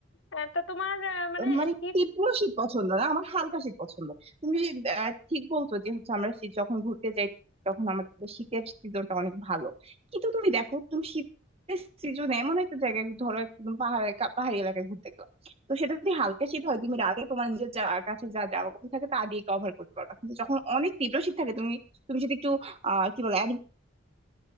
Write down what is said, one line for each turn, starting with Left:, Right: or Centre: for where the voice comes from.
Left: আহ, তা তোমার আহ, মানে
Right: মানে
Left: শীত
Right: তীব্র শীত পছন্দ না আমার হালকা শীত পছন্দ তুমি আহ, ঠিক বলছো যে হচ্ছে আমরা শীত যখন ঘুরতে যাই তখন আমাদের শীতের সিজনটা অনেক ভালো কিন্তু তুমি দেখো তুমি শীতের সিজনে এমন একটা জায়গায় ধরো একদম পাহাড়ে কা- পাহাড়ি এলাকায় ঘুরতে গেলাম তো সেটা যদি হালকা শীত হয় তুমি রাতে তোমার নিজের যা কাছে যা জামা কাপড় থাকে তা দিয়ে কভার করতে পারবা কিন্তু যখন অনেক তীব্র শীত থাকে তুমি তুমি যদি একটু আহ কি বলে